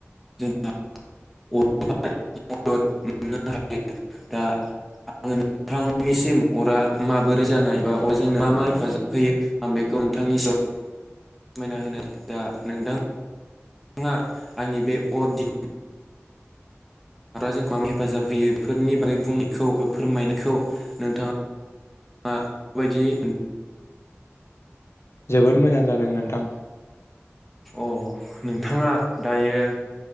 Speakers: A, in the centre; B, on the left (about 65°).
A: जोंहा मदद मोननो हायो दा आङो नोंथांनिसिम अरा माबोरै जानाय बा अरा जोंनो मा मा हेफाजाब होयो आं बेखौ नोंथांनि <unintelligible> मायना होनो दा नोंथां हा आंनि बे अर दिहुन जोंखौ आं हेफाजाब होयो बेफोरनि बागै बुंनायखौ फोरमायनायखौ नोंथाङा आ बदियै
B: जोबोद मोजां जादों नोंथां
A: अ नोंथाङा दायो